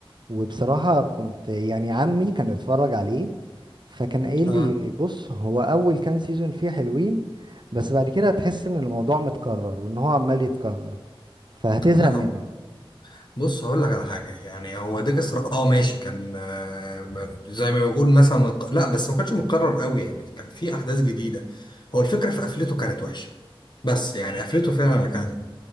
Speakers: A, on the right; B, on the left.
A: وبصراحة كنت يعني عمي كان اتفرج عليه فكان قايل
B: آه.
A: لي بص هو اول كام سيزون فيه حلوين بس بعد كده هتحس ان الموضوع متكرر وان هو عمال يتكرر فهتزهق
B: لا
A: منه
B: هو- بص هقول لك على حاجة يعني هو ديكستر اه ماشي كان آه، زي ما بيقول مثلا متق- لا بس ما كانش متكرر قوي يعني كان في أحداث جديدة هو الفكرة في قفلته كانت وحشة بس يعني قفلته فعلا اللي كانت